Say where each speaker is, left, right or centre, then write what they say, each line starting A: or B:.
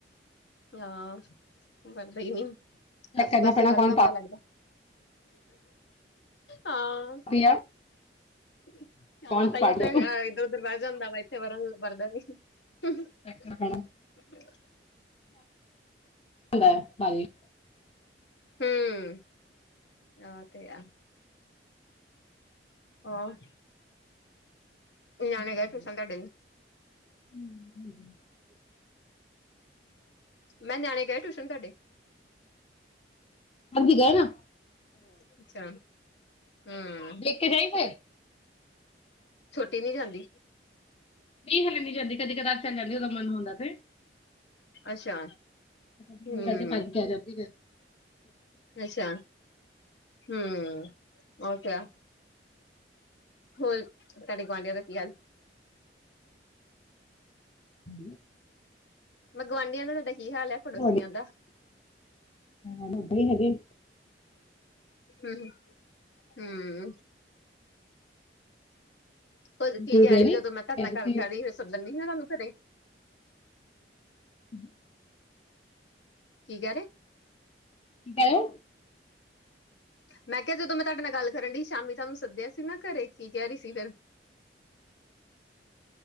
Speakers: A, on the left; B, on the left.
A: ਹਾਂ, ਵਰ੍ਹਦਾ ਈ ਨੀ,
B: ਚੈੱਕ
A: ਆਸੇ
B: ਕਰਨਾ
A: ਪਾਸੇ
B: ਪੈਣਾ
A: ਵਰ੍ਹ
B: ਕੌਣ
A: ਜਾਂਦਾ ਲੱਗਦਾ? ਹਾਂ।
B: ਪਾਪੀ ਆ
A: <inaudible> ਹਾਂ,
B: ਕੌਣ
A: ਤਾਹੀਓ
B: ਪਾਟੀ
A: ਤੇ
B: ਆ
A: ਹੈਗਾ, ਇੱਧਰ ਉਧਰ ਵਸ ਜਾਂਦਾ ਵਾ, ਇੱਥੇ ਵਰਨ, ਵਰਦਾ ਨੀ।
B: ਚੈੱਕ
A: <inaudible>
B: ਕਰਨਾ ਪੈਣਾ ਜਾਂਦਾ ਹੈ ਬਾਰਿਸ਼
A: ਹੂੰ, ਆਹ ਤੇ ਆ। ਹੋਰ?
B: <unintelligible>
A: ਨਿਆਣੇ ਗਏ ਟਿਊਸ਼ਨ ਤੁਹਾਡੇ ਮੈਂ ਨਿਆਣੇ ਗਏ ਟਿਊਸ਼ਨ ਤੁਹਾਡੇ?
B: ਹੰਜੀ ਗਏ ਨਾ,
A: ਅੱਛਾ ਹੂੰ
B: ਲੇ ਕੇ ਜਾਈ ਫਿਰ। <inaudible>
A: ਛੋਟੀ ਨਈ ਜਾਂਦੀ।
B: ਨਈ ਹਲੇ ਨੀ ਜਾਂਦੀ, ਕਦੇ ਕਦਾਰ ਚਲ ਜਾਂਦੀ, ਉਹਦਾ ਮਨ ਹੁੰਦਾ ਤੇ।
A: ਅੱਛਾ
B: ਕਰਕੇ,
A: ਹੂੰ
B: ਥਕ ਕੇ ਆ ਜਾਤੀ ਫੇਰ।
A: ਅੱਛਾ, ਹੂੰ, ਔਰ ਕਿਆ? ਹੋਰ, ਤੁਹਾਡੇ ਗੁਆਂਢੀਆਂ ਦਾ ਕੀ ਹਾਲ?
B: <inaudible>
A: ਮੈਂ ਗੁਆਂਢੀਆਂ ਦਾ ਤੁਹਾਡਾ ਕੀ ਹਾਲ ਹੈ ਪੜੋਸੀਆਂ
B: <unintelligible>
A: ਦਾ
B: ਓਦਾ ਹੀ ਹੈਗੇ।
A: ਹੂੰ ਹੂੰ, ਕੀ
B: ਤੁਸੀਂ
A: ਕਹਿ
B: ਗਏ
A: ਰਹੀ
B: ਨਹੀਂ
A: ਜਦੋਂ
B: ਕਹਿ
A: ਮੈਂ ਤੁਹਾਡੇ ਨਾਲ
B: ਦਿੱਤੇ
A: ਗੱਲ ਕਰ
B: ਕੀ
A: ਰਹੀ, ਸੱਦਣ ਵੀ ਨੀ ਆਣਾ ਉਹਨੂੰ ਘਰੇ।
B: <inaudible>
A: ਕੀ ਕਹਿ ਰੇ?
B: ਕੀ ਕਹਿ ਰੇ?
A: ਮੈਂ ਕਿਹਾ ਜਦੋਂ ਮੈਂ ਤੁਹਾਡੇ ਨਾਲ ਗੱਲ ਕਰਨ ਡਈ, ਸ਼ਾਮੀ ਤੁਹਾਨੂੰ ਸੱਦਿਆ ਸੀ ਨਾ ਘਰੇ, ਕੀ ਕਹਿ ਰਹੀ ਸੀ ਫਿਰ। <inaudible>